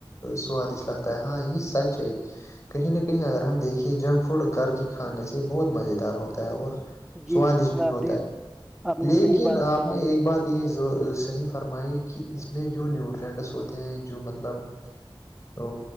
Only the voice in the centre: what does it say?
جی
بالکل
آپ
نے
آپ نے
صحیح بات
فرمائی